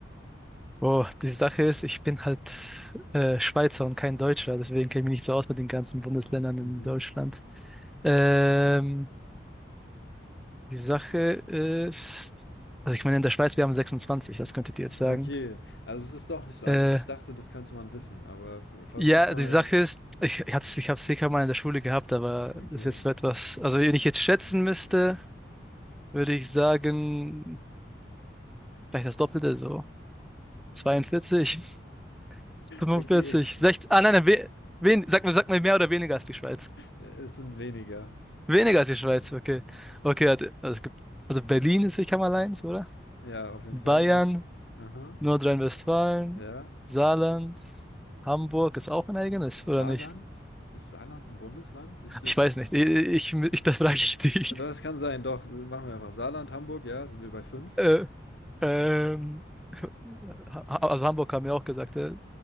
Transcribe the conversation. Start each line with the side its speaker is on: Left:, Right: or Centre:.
Centre: Oh, die Sache ist, ich bin halt äh, Schweizer und kein Deutscher, deswegen kenne ich mich nicht so aus mit den ganzen Bundesländern
Left: Mhm.
Centre: in Deutschland. Ähm, die Sache ist, also ich meine, in der Schweiz, wir haben 26, das könntet ihr jetzt sagen.
Left: Okay, also es ist doch nicht so einfach.
Centre: Äh,
Left: Ich dachte, das könnte man wissen, aber v- versuch
Centre: ja,
Left: mal.
Centre: die Sache ist, ich, ich hatte ich habe es sicher mal in der Schule gehabt, aber
Left: Okay,
Centre: das ist jetzt so etwas, also wenn ich jetzt schätzen müsste, würde ich sagen Vielleicht das Doppelte, so 42, 45,
Left: okay, <laughs> es,
Centre: 60. Ah, nein, nein, we, wen, sag mal, sag mal mehr oder weniger als die Schweiz.
Left: es sind weniger.
Centre: Weniger als die Schweiz, okay. Okay, hat- also es gibt, also Berlin ist Sicherheitsmalleins, oder?
Left: Ja, auf jeden
Centre: Bayern,
Left: Fall, ja. Aha,
Centre: Nordrhein-Westfalen,
Left: ja.
Centre: Saarland, Hamburg ist auch ein eigenes,
Left: Ist
Centre: oder
Left: Saarland?
Centre: nicht?
Left: Ist Saarland ein Bundesland? Ich, äh,
Centre: Ich
Left: <laughs>
Centre: weiß nicht. Ich, ich, ich das frage ich dich.
Left: ja, doch,
Centre: <laughs>
Left: es kann sein, doch. Machen wir einfach Saarland, Hamburg, ja, sind wir bei fünf.
Centre: Äh, ähm, ha, also Hamburg haben wir auch gesagt. Äh,